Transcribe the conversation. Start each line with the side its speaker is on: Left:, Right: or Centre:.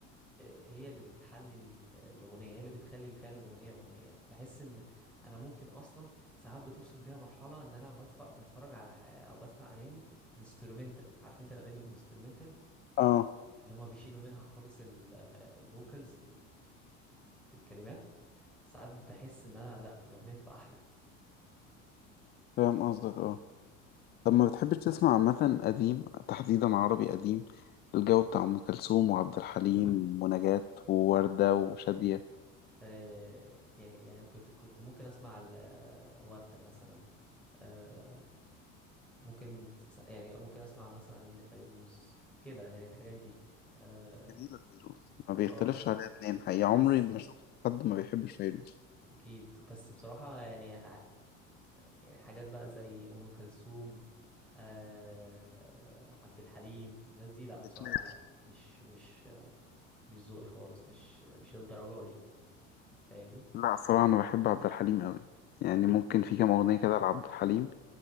Centre: آه، هي اللي بتحلي ال- الأغنية هي اللي بتخلي فعلا الأغنية أغنية بحس إن أنا ممكن أصلا ساعات بتوصل بيها مرحلة إن أنا بتف- بتفرج على ح- أو بسمع أغاني انسترومنتال عارف أنت الأغاني الانسترومنتال
Left: اه
Centre: اللي هما بيشيلوا منها خالص الفوكالز الكلمات ساعات بحس إن أنا لأ الأغنية بتبقى أحلى
Left: فاهم قصدك اه طب ما بتحبش تسمع عامة قديم تحديدا عربي قديم الجو بتاع أم كلثوم وعبد الحليم ونجاة ووردة وشادية
Centre: آه، يعني يعني كنت كنت ممكن أسمع ال- وردة مثلا آه، ممكن تس- يعني ممكن اسمع مثلا لفيروز كده يعني الحاجات دي اه
Left: جميلة فيروز ما بيختلفش
Centre: آه،
Left: عليها اتنين حقيقة عمري
Centre: بس
Left: ما شفت حد ما بيحبش فيروز
Centre: اكيد بس بصراحة يعني ه- يعني حاجات بقى زي ام كلثوم آه عبد الحليم الناس دي لا
Left: بتمل
Centre: بصراحة لا مش مش مش ذوقي خالص مش مش للدرجة دي فاهمني
Left: لا الصراحة أنا بحب عبد الحليم أوي يعني ممكن في كام أغنية كده لعبد الحليم